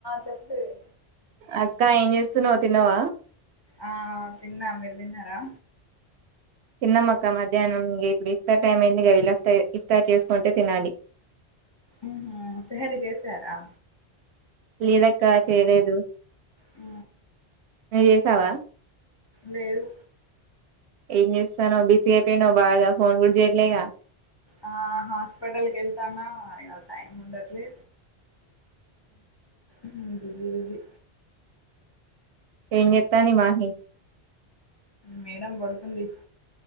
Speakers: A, on the left; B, on the right.
A: చెప్పవే
B: అక్క ఏం చేస్తున్నవ్ తిన్నవా?
A: ఆ తిన్నా, మీరు తిన్నారా?
B: తిన్నమ్మక్క మధ్యాహ్నం ఇగ ఇప్పుడు ఇఫ్తార్ టైమ అయిందిగ, వీళ్ళస్తె ఇఫ్తార్ చేసుకుంటే తినాలి
A: ఉహు సహరి చేసారా?
B: లేదక్క చేయలేదు.
A: ఆ
B: జేసవా?
A: లేదు
B: ఏం చేూస్తానవ్ బిజీ అయిపోయినవ్ బాగా, ఫోన్ కూడా చేయట్లేగా
A: ఆ హాస్పిటల్కి వెళ్తాన్న ఇగ టైమ్ ఉండట్లే ఉమ్ బిజి బిజీ
B: ఏం చేత్తాంది మాహి?
A: మేడం పడుకుంది.